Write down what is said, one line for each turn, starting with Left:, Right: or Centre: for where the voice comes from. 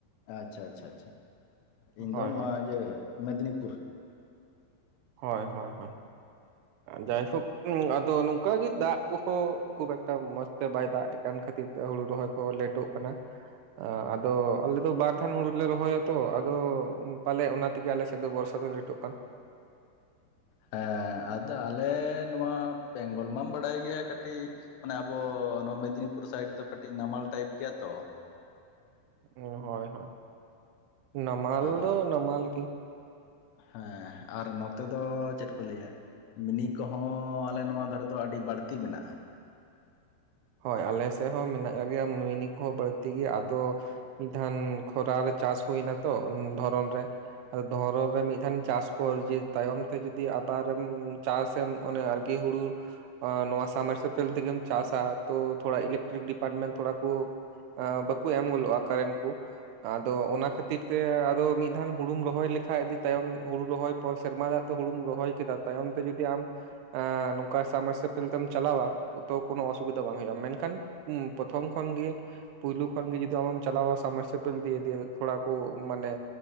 Left: ᱟᱪᱪᱷᱟ ᱟᱪᱪᱷᱟ ᱤᱧ
Right: ᱦᱳᱭ
Left: ᱫᱚ ᱱᱚᱣᱟ
Right: ᱦᱳᱭ
Left: ᱤᱭᱟᱹ ᱢᱮᱫᱽᱱᱤᱯᱩᱨ
Right: ᱦᱳᱭ ᱦᱳᱭ ᱦᱳᱭ ᱡᱟᱭᱦᱳᱠ ᱟᱫᱚ ᱱᱚᱝᱠᱟ ᱜᱮ ᱫᱟᱜ ᱠᱚ ᱠᱷᱩᱵᱽ ᱮᱠᱴᱟ ᱢᱚᱸᱡᱽᱛᱮ ᱵᱟᱭ ᱫᱟᱜ ᱮ ᱠᱟᱱ ᱠᱷᱟᱹᱛᱤᱨ ᱛᱮ ᱦᱩᱲᱩ ᱨᱚᱦᱚᱭ ᱠᱚ ᱞᱮᱴᱚᱜ ᱠᱟᱱᱟ ᱟᱫᱚ ᱟᱞᱮ ᱫᱚ ᱵᱟᱨᱫᱷᱟᱣ ᱦᱩᱲᱩ ᱞᱮ ᱨᱚᱦᱚᱭ ᱟᱛᱚ ᱟᱫᱚ ᱯᱟᱞᱮ ᱚᱱᱟ ᱛᱮᱜᱮ ᱟᱞᱮ ᱥᱮᱫ ᱫᱚ ᱵᱚᱨᱥᱟ ᱞᱮᱴᱚᱜ ᱠᱟᱱ
Left: ᱦᱮᱸ ᱟᱫᱚ ᱟᱞᱮ ᱱᱚᱣᱟ ᱵᱮᱝᱜᱚᱞ ᱢᱟᱢ ᱵᱟᱰᱟᱭ ᱜᱮᱭᱟ ᱠᱟᱹᱴᱤᱡ ᱢᱟᱱᱮ ᱟᱵᱚ ᱱᱚᱣᱟ ᱟᱵᱚ ᱟᱵᱚ ᱚᱱᱮ ᱟᱵᱚ ᱢᱮᱫᱽᱱᱤᱯᱩᱨ ᱥᱟᱭᱤᱰ ᱫᱚ ᱠᱟᱹᱴᱤᱡ ᱱᱟᱢᱟᱞ ᱴᱟᱭᱤᱯ ᱜᱮᱭᱟ ᱛᱚ
Right: ᱦᱳᱭ ᱦᱳᱭ ᱱᱟᱢᱟᱞ
Left: ᱟᱨ
Right: ᱫᱚ ᱱᱟᱢᱟᱞ ᱜᱤ
Left: ᱦᱮᱸ ᱟᱨ ᱱᱚᱛᱮ ᱫᱚ ᱪᱮᱫ ᱠᱚ ᱞᱟᱹᱭᱟ ᱢᱤᱱᱤ ᱠᱚᱦᱚᱸ ᱟᱞᱮ ᱱᱚᱣᱟ ᱫᱷᱟᱨᱮ ᱫᱚ ᱟᱹᱰᱤ ᱵᱟᱹᱲᱛᱤ ᱢᱮᱱᱟᱜᱼᱟ
Right: ᱦᱳᱭ ᱟᱞᱮ ᱥᱮᱫ ᱦᱚᱸ ᱢᱮᱱᱟᱜ ᱟᱠᱟᱜ ᱜᱮᱭᱟ ᱢᱤᱱᱤ ᱠᱚᱦᱚᱸ ᱵᱟᱹᱲᱛᱤ ᱜᱮᱭᱟ ᱟᱫᱚ ᱢᱤᱫ ᱫᱷᱟᱱ ᱠᱷᱚᱨᱟ ᱨᱮ ᱪᱟᱥ ᱦᱩᱭ ᱮᱱᱟ ᱛᱚ ᱫᱷᱚᱨᱚᱱ ᱨᱮ ᱫᱷᱚᱨᱚᱱ ᱨᱮ ᱢᱤᱫ ᱫᱷᱟᱣ ᱪᱟᱥ ᱯᱚᱨ ᱡᱮ ᱛᱟᱭᱚᱢ ᱛᱮ ᱡᱩᱫᱤ ᱟᱵᱟᱨᱮᱢ ᱪᱟᱥᱮᱢ ᱚᱱᱟ ᱠᱤ ᱦᱩᱲᱩ ᱱᱚᱣᱟ ᱥᱟᱢᱟᱨᱥᱯᱮᱞ ᱛᱮᱜᱮᱢ ᱪᱟᱥᱟᱜ ᱛᱚ ᱛᱷᱚᱲᱟ ᱤᱞᱮᱠᱴᱨᱤᱠ ᱰᱤᱯᱟᱨᱴᱢᱮᱱᱴ ᱛᱷᱚᱲᱟ ᱠᱩ ᱵᱟᱠᱚ ᱮᱢ ᱜᱚᱫᱚᱜᱼᱟ ᱠᱟᱨᱮᱱᱴ ᱠᱩ ᱟᱫᱚ ᱚᱱᱟ ᱠᱷᱟᱛᱤᱨ ᱛᱮ ᱟᱫᱚ ᱢᱤᱫ ᱫᱷᱟᱣ ᱦᱩᱲᱩᱢ ᱨᱚᱦᱚᱭ ᱞᱮᱠᱷᱟᱡ ᱛᱟᱭᱚᱢ ᱦᱩᱲᱩ ᱨᱚᱦᱚᱭ ᱯᱚᱨ ᱥᱮᱨᱢᱟ ᱛᱮ ᱦᱩᱲᱩᱢ ᱨᱚᱦᱚᱭ ᱠᱮᱫᱟ ᱛᱟᱭᱚᱢ ᱛᱮ ᱡᱩᱫᱤ ᱟᱢ ᱱᱚᱝᱠᱟ ᱥᱟᱢᱟᱨᱥᱯᱮᱞ ᱛᱮᱢ ᱪᱟᱞᱟᱣᱟᱚ ᱠᱳᱱᱚ ᱚᱥᱩᱵᱤᱫᱷᱟ ᱫᱚ ᱵᱟᱝ ᱦᱩᱭᱩᱜᱼᱟ ᱢᱮᱱᱠᱷᱟᱱ ᱯᱨᱚᱛᱷᱚᱢ ᱠᱷᱚᱱ ᱜᱤ ᱯᱳᱞᱳ ᱠᱷᱚᱱ ᱜᱮ ᱡᱩᱫᱤ ᱟᱢᱮᱢ ᱪᱟᱞᱟᱣᱟ ᱥᱟᱢᱟᱨᱥᱯᱮᱞ ᱫᱤᱭᱮ ᱫᱮ ᱛᱷᱚᱲᱟ ᱠᱚ ᱢᱟᱱᱮ